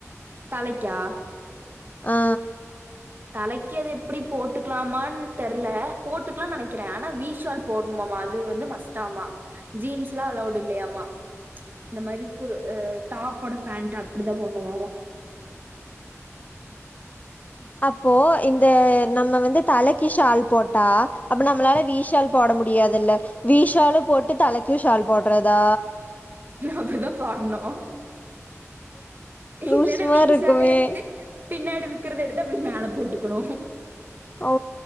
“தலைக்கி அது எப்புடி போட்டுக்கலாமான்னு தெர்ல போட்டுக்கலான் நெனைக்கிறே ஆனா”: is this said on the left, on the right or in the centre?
Right